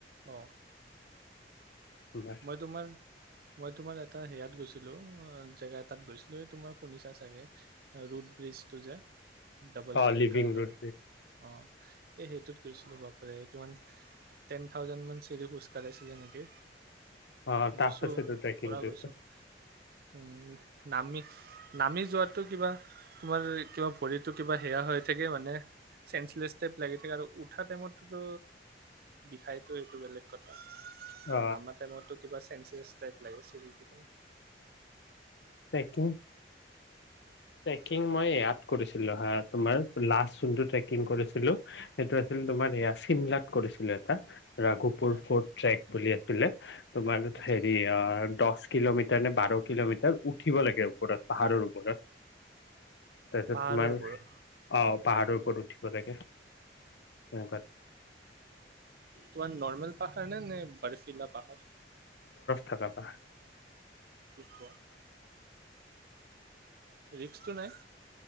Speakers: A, on the right; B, on the left.
A: অ
B: তোমাৰ
A: মই তোমাৰ মই তোমাৰ এটা হেয়াত গৈছিলো অ জেগা এটাত গৈছিলো এই তোমাৰ শুনিছা চাগে ৰুড ব্ৰিজটো যে ডাবল
B: অ
A: ডেকাৰ
B: লিভিং ৰুট
A: অ এই সেইটোত গৈছি ল'ব পাৰে কিমান টেন থাউজেণ্ড মান চিৰি খোজকাঢ়িছিলে নেকি
B: অ টাফ
A: গৈছো
B: আছেতো ট্ৰেকিংটোতো
A: পৰা গৈছো উম নামমিত নামি যোৱটো কিবা তোমাৰ কিবা ভৰিতো কিবা সেয়া হৈ থাকে মানে চেন্ঞ্চলেছ টাইপ লাগি থাকে আৰু উঠা টাইমততো বিষাই সেটো সেইটো বেলেগ কথা
B: অ
A: আৰু নামা টাইমতো কিবা চে চেঞ্চলেছ টাইপ লাগে চিৰি দি গলে
B: ট্ৰেকিং ট্ৰেকিং মই এয়াত কৰিছিলো সেই তোমাৰ লাষ্ট যোনটো ট্ৰেকিং কৰিছিলো সেইটো আছিল তোমাৰ এয়া ছিমলাত কৰিছিলো এটা ৰাঘুপুৰ
A: অ
B: ফ'ৰ্ট ট্ৰেক বুলি আছিলে তোমাৰ
A: আচ্ছা
B: হেৰি অ দহ কিলোমিটাৰ নে বাৰ কিলোমিটাৰ উঠিব লাগে ওপৰত পাহাৰৰ ওপৰত তাৰপিছত
A: পাহাৰৰ
B: তোমাৰ
A: ওপৰত
B: অ পাহাৰৰ ওপৰত উঠিব লাগে তেনেকোৱা
A: তোমাৰ নৰ্মেল পাহাৰ নে নে বাৰিফিলা পাহাৰ
B: থকাপা
A: শিক ক ৰিক্সটো নাই